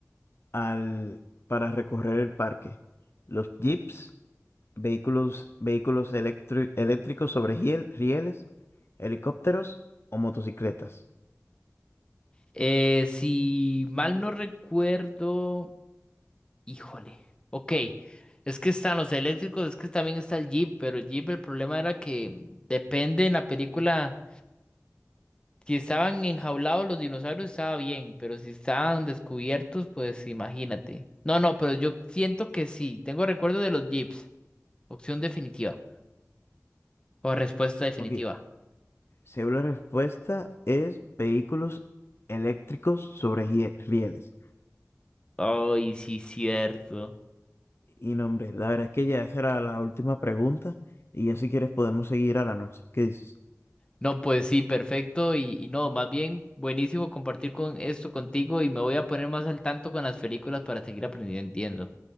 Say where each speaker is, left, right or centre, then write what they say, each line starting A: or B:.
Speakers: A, on the left; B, on the left.
A: al, para recorrer el parque? Los jeeps, vehículos, vehículos electri- eléctricos sobre hiel- rieles, helicópteros o motocicletas.
B: Eh, si mal no recuerdo, híjole. Ok, es que están los eléctricos, es que también está el Jeep, pero el Jeep el problema era que depende en la película. Si estaban enjaulados los dinosaurios estaba bien, pero si estaban descubiertos, pues imagínate. No, no, pero yo siento que sí. Tengo recuerdo de los Jeeps. Opción definitiva o respuesta definitiva.
A: Ok, según la respuesta es vehículos eléctricos sobre hiel- rieles.
B: Ay, sí, cierto.
A: Y no, hombre, la verdad es que ya esa era la última pregunta y ya si quieres podemos seguir a la noche. ¿Qué dices?
B: No, pues sí, perfecto. Y, y no, más bien buenísimo compartir con esto contigo y me voy a poner más al tanto con las películas para seguir aprendiendo.